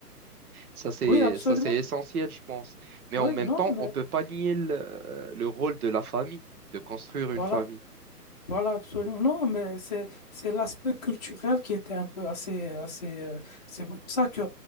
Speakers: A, on the right (about 65°); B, on the left (about 25°).
A: ça, c'est
B: Oui, absolument.
A: ça, c'est essentiel, je pense. Mais
B: Oui,
A: en même
B: non,
A: temps,
B: mais
A: on peut pas nier le, euh, le rôle de la famille, de construire une
B: voilà.
A: famille.
B: Voilà, absolument. Non, mais c'est c'est l'aspect culturel qui était un peu assez assez. euh, c'est pour ça que